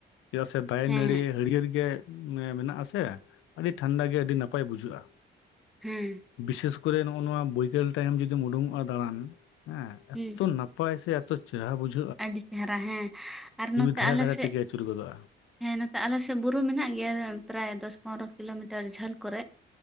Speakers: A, on the left; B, in the centre.
A: ᱪᱮᱫᱟᱜ ᱥᱮ ᱫᱟᱨᱮ
B: ᱦᱮᱸ
A: ᱱᱟᱹᱲᱤ ᱦᱟᱹᱨᱤᱭᱟᱹᱲ ᱜᱮ ᱢᱮᱱᱟᱜ-ᱟ ᱥᱮ ᱟᱹᱰᱤ ᱴᱷᱟᱱᱰᱟ ᱜᱮ ᱟᱹᱰᱤ ᱱᱟᱯᱟᱭ ᱵᱩᱡᱷᱟᱹᱜᱼᱟ᱾
B: ᱦᱩᱸ
A: ᱵᱤᱥᱮᱥ ᱠᱚᱨᱮ ᱱᱚᱜᱼᱚ ᱱᱚᱣᱟ ᱵᱚᱭᱠᱟᱹᱞ ᱴᱟᱭᱤᱢ ᱡᱩᱫᱤᱢ ᱩᱰᱩᱠᱚᱜᱼᱟ ᱫᱟᱬᱟᱱ ᱦᱮᱸ
B: ᱦᱩᱸ
A: ᱮᱛᱚ ᱱᱟᱯᱟᱭᱼᱼ ᱱᱟᱯᱟᱭ ᱥᱮ ᱮᱛᱚ ᱪᱮᱨᱦᱟ ᱵᱩᱡᱷᱟᱹᱜᱼᱼ
B: ᱟᱹᱰᱤ ᱪᱮᱦᱨᱟ ᱦᱮᱸ ᱟᱨ ᱱᱚᱛᱮ
A: ᱫᱷᱟᱨᱮ
B: ᱟᱞᱮ
A: ᱫᱷᱟᱨᱮ
B: ᱥᱮᱫᱼᱼ
A: ᱛᱮᱜᱮ ᱟᱹᱪᱩᱨ ᱜᱚᱫᱚᱜᱼᱟ
B: ᱦᱮᱸ ᱱᱚᱛᱮ ᱟᱞᱮ ᱥᱮᱫ ᱵᱩᱨᱩ ᱢᱮᱱᱟᱜ ᱜᱮᱭᱟ ᱯᱨᱟᱭ ᱫᱚᱥ ᱯᱚᱱᱨᱚ ᱠᱤᱞᱳᱢᱤᱴᱟᱨ ᱡᱷᱟᱹᱞ ᱠᱚᱨᱮᱜᱼᱼ